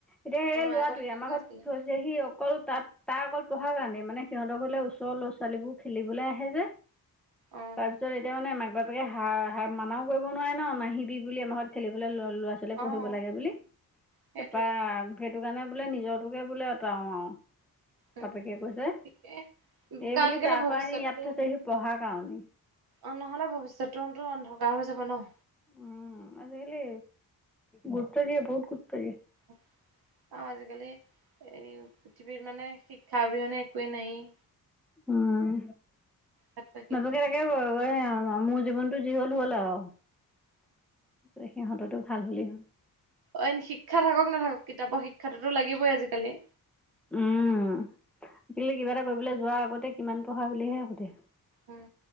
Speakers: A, in the centre; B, on the right.
A: এতিয়া
B: অ'
A: ই ল'ৰাটোৱে
B: আগতে তেনেকুৱা
A: আমাৰ ঘৰত
B: আছিলে
A: থৈ যে সি অকল তাত তাৰ অকল পঢ়াৰ কাৰণে। মানে সিহঁতৰ গলে ওচৰ ল'ৰা ছোৱালীবোৰ খেলিবলৈ আহে যে।
B: অ'
A: তাৰ পিছত এতিয়া মানে মাক বাপেকে হা-হা মানাও কৰিব নোৱাৰে ন নাহিবি বুলি আমাৰ ঘৰত খেলিবলৈ ল-ল'ৰা ছোৱালী
B: অ'
A: পঢ়িব লাগে বুলি।
B: সেইটোৱে
A: তাৰপৰা সেইটো কাৰণে বোলে নিজটোকে বোলে আতৰাও আওঁ।
B: উম।
A: বাপেকে কৈছে।
B: ঠিকে
A: সেই
B: কাৰণ
A: বুলি
B: কেলে
A: তাৰ
B: ভৱিষ্যতটো
A: পৰা আনি ইয়াত থৈছেহি পঢ়াৰ কাৰণ।
B: অ', নহ'লে ভৱিষ্যটো অন্ধকাৰ হৈ যাব ন।
A: উম, আজিকালি গুৰুত্ব দিয়ে বহুত গুৰুত্ব দিয়ে।
B: আৰু আজিকালি এই পৃথিৱীত মানে শিক্ষা অবিহনে একোৱেই নাইয়েই।
A: উম,
B: তাত লাগিবই।
A: নাজানে তাকে মোৰ জীৱনতটো যি হ'ল হ'ল আৰু। সিহঁতৰটো ভাল হ'লে হ'ল।
B: অন্য শিক্ষা থাকক নাথাকক কিতাপৰ শিক্ষাতোটো লাগিবই আজিকালি।
A: উম, আজিকালি কিবা এটা কৰিবলৈ যোৱাৰ আগতে কিমান পঢ়া বুলিহে সোধে।
B: উম,